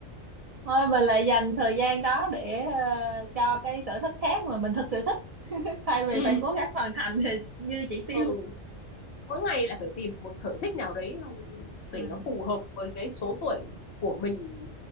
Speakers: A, on the right (about 70°); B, on the left (about 60°).
A: thôi mình lại dành thời gian đó để ờ, cho cái sở thích khác mà mình thực sự thích <laughs> thay vì
B: ừ.
A: phải cố gắng hoàn thành thì như chỉ tiêu
B: ừ mỗi ngày lại phải tìm một sở thích nào đấy
A: Ừ.
B: để nó phù hợp với cái số tuổi của mình